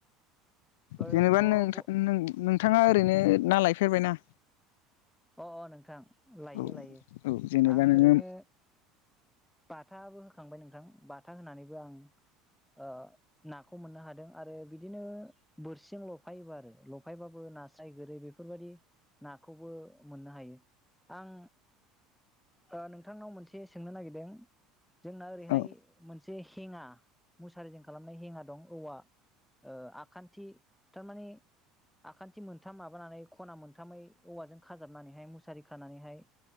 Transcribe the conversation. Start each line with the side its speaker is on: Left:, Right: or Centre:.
Centre: ओरैनोथ'
Left: जेनेबा नोंथा नों नोंथाङा ओरैनो ना लायफेरबायना।
Centre: अ' अ' नोंथां लायो
Left: औ
Centre: लायो
Left: औ जेनेबा
Centre: आं
Left: नोङो
Centre: ओरैनो। बाथाबो होखांबाय नोंथां बाथा होनानैबो आं ओ। नाखौ मोननो हादों आरो बिदिनो बोरसिजों लफायोबो आरो लफायबाबो नास्राय गोरै बे फोरबायदि। खौबो मोननो हायो आं। ओ नोंथांनाव मोनसे सोंनो नागिरदों जोंना ओरैहाय
Left: औ
Centre: मोनसे। से हेङा मुसारिजों खालामनाय हेङा दं औवा। ओ आखान्थि थारमाने आखान्थि मोनथाम माबानानै खना मोनथामै। औवाजों खाजाबनानैहाय मुसारि खानानैहाय।